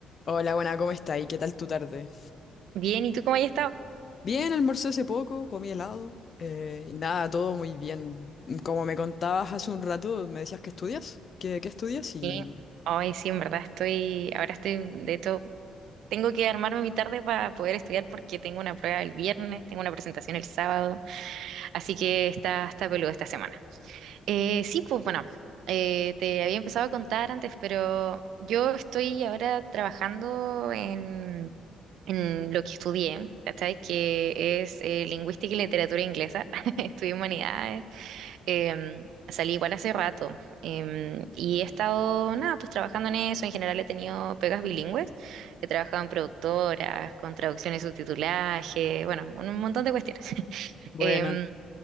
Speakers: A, on the left; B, on the right.
A: Hola, buena, ¿cómo está? ¿Y qué tal tu tarde?
B: Bien, ¿y tú cómo has estado?
A: Bien, almorcé hace poco, comí helado. eh, nada, todo muy bien. Como me contabas hace un rato, me decías que estudias. ¿Qué, qué estudias? Y...
B: Bien. Ay, sí, en verdad estoy, ahora estoy, de hecho, tengo que armarme mi tarde para poder estudiar porque tengo una prueba el viernes, tengo una presentación el sábado, así que está, está peluda esta semana. Eh, sí, pues bueno, eh, te había empezado a contar antes, pero yo estoy ahora trabajando en, en lo que estudié, ¿cachai? Que es eh, lingüística y literatura inglesa, <laughs> estudié humanidades Em, salí igual hace rato em, y he estado, nada, pues trabajando en eso. En general he tenido pegas bilingües. He trabajado en productoras, con traducciones, subtitulaje, bueno, un montón de cuestiones. <laughs>
A: Buena.
B: Em,